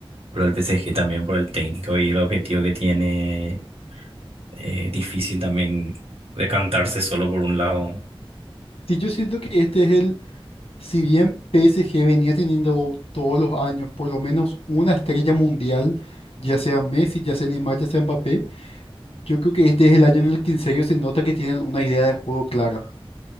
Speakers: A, on the right (about 80°); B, on the left (about 80°).
A: Pero el PSG también por el técnico y el objetivo que tiene eh, difícil también decantarse solo por un lado.
B: Sí, yo siento que este es el, si bien PSG venía teniendo todos los años por lo menos una estrella mundial, ya sea Messi, ya sea Neymar, ya sea Mbappé, yo creo que este es el año en el que en serio se nota que tienen una idea de juego clara.